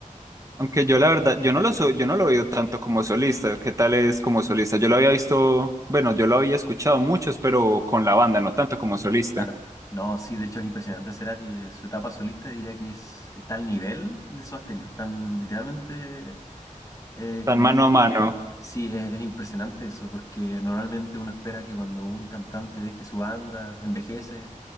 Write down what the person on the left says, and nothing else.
Claro. No, sí, de hecho es impresionante Cerati. eh, Su etapa solista diría que es, está al nivel de Soda Stereo. Están literalmente eh,
como...
Sí, es, es impresionante eso, porque normalmente uno espera que cuando un cantante deje su banda, envejece,